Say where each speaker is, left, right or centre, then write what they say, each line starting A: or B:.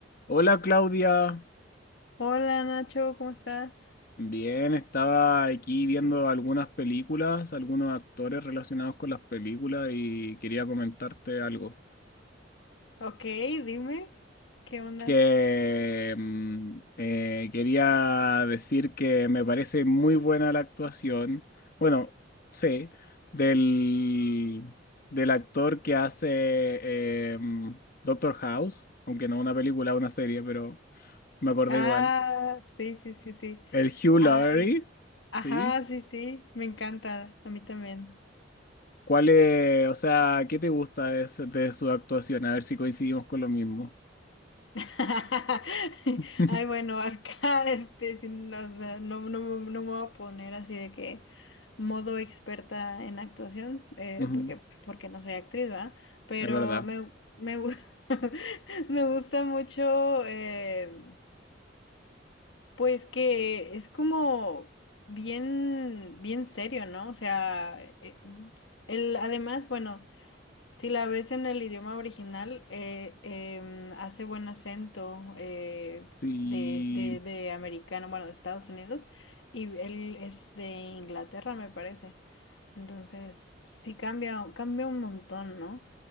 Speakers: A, on the left; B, on the left.
A: Hola Claudia,
B: Hola Nacho, ¿cómo estás?
A: bien, estaba aquí viendo algunas películas, algunos actores relacionados con las películas y quería comentarte algo.
B: Ok, dime, ¿qué onda?
A: Que mm, eh, quería decir que me parece muy buena la actuación, bueno, sí, del, del actor que hace em, Doctor House, aunque no una película, una serie, pero me acordé
B: Ah,
A: igual.
B: sí, sí, sí, sí.
A: El Hugh
B: Ay,
A: Laurie,
B: ajá,
A: ¿sí?
B: sí, sí, me encanta, a mí también.
A: ¿Cuál es, o sea, qué te gusta de, su de su actuación? A ver si coincidimos con lo mismo.
B: <laughs>
A: <laughs>
B: Ay, bueno, acá, este, sin- o sea, no, no, no me voy a poner así de que modo experta en actuación, eh,
A: Ujú,
B: porque, porque no soy actriz, ¿va? Pero
A: Es verdad.
B: me, me, gu- <laughs> me gusta mucho, em, Pues que es como bien, bien serio, ¿no? O sea, eh, eh, el, además, bueno, si la ves en el idioma original, eh, em, hace buen acento eh,
A: Sí.
B: de, de, de americano, bueno, de Estados Unidos, y él es de Inglaterra, me parece. Entonces, sí cambia, cambia un montón, ¿no?